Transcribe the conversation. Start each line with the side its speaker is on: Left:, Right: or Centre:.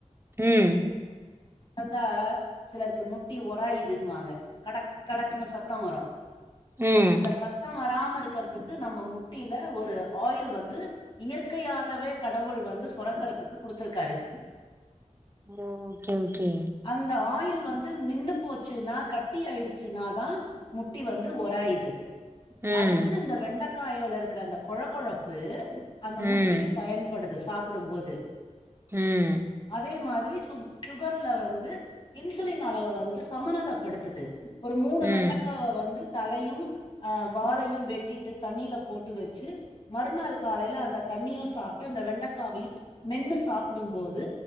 Right: ம்
Left: நடந்தா சிலருக்கு முட்டி உராயிதுன் வாங்க கடக் கடக்குன்னு சத்தோ வரு
Right: ம்.
Left: அந்த சத்த வராம இருக்கிறதுக்கு நம்ம முட்டில ஒரு ஆயில் வந்து இயற்கையாகவே கடவுள் வந்து சொரக்கரத்துக்கு குடுத்திருக்காரு
Right: ஓக்கே ஓக்கே
Left: அந்த ஆயில் வந்து நின்னு போச்சுன்னா கட்டி ஆயிடுச்சுனாதா முட்டி வந்து ஒராய்யுது
Right: ம்.
Left: அதுக்கு இந்த வெண்டைக்காயோல இருக்கிற அந்த கொழக்கொழப்பு அந்த முட்டிக்கு
Right: ம்.
Left: பயன் படுது சாப்புடுபோது
Right: ம்
Left: அதே மாதிரி சுக் சுகர்ல வந்து இன்சுலின் அளவ வந்து சமநலப்படுத்துது ஒரு மூணு
Right: ம்
Left: வெண்டைக்கவ வந்து தலையு அ வலையு வெட்டிட்டு தண்ணீல போட்டு வச்சு மறுநாள் காலையில அந்த தண்ணியு சாப்ட்டு அந்த வெண்டைக்காவையு மென்னு சாப்புடு போது